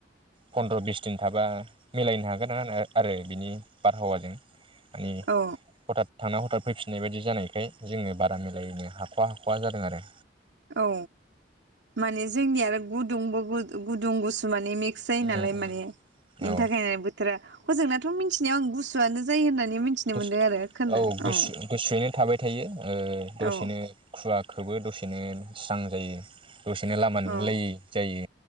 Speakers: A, on the right; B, on the right.
A: फन्द्र' बिस दिन थाबा मिलायनो हागोन ना आरो बिनि बारहावाजों मानि
B: औ
A: हथाद थांना हथाब फैफिननाय बायदि जानायखाय जोङो बारा मिलायनो हाख'आ हाख'आ जादों आरो
B: औ माने जोंनि आरो गुदुंबो गुदुं गुसु मा ने मिक्स जायो
A: उम
B: नालाय
A: उम
B: माने बेनि
A: औ
B: थाखाय बोथोरा हजोंनाथ' मिथिनायाव आं गुसुआनो जायो होनना नै मिथिनो
A: गुसु
B: मोनदों आरो खोननो
A: गुसु
B: औ
A: गुसुयैनो थाबाय थायो ओ
B: औ
A: दसेनो खुवा खौबो दसेनो स्रां जायो। दसेनो लामा नुलायै
B: औ
A: जायो